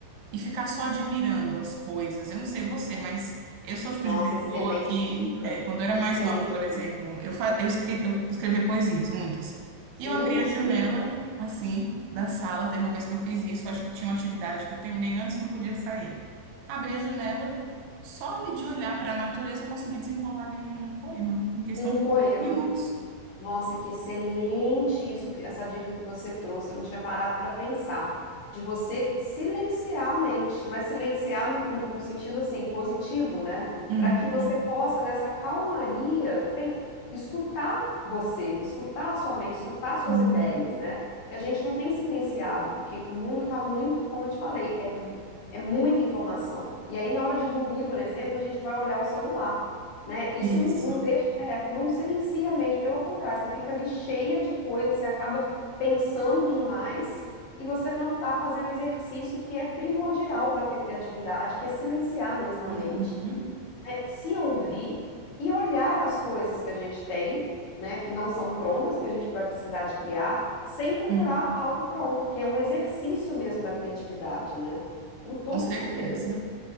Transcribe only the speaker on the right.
e ficar só admirando as coisas. Eu não sei você, mas eu sou o tipo
de pessoa
que,
é, quando eu era
mais nova, por exemplo,
eu, fa- eu, escre- eu escrevia poesias, muitas.
E eu abria
a janela, assim, da sala. Teve uma vez que eu fiz isso, acho que tinha uma atividade que eu terminei antes, não podia sair. Abri a janela, só ali de olhar para a natureza, eu consegui desenrolar ali um poema, em questão
de
poucos minutos.
Uhum,
uhum.
Isso.
Uhum,
uhum.
Com certeza.